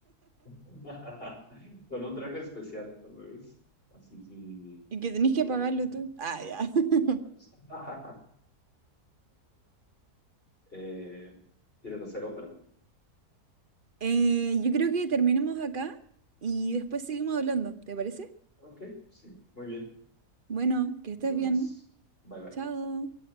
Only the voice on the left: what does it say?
<laughs> Con un traje especial, tal vez. Así sí,
sí
podría,
sí.
<laughs> Eh, ¿quieres hacer otra?
Ok, sí, muy bien.
Nos
vemos.
Bye bye.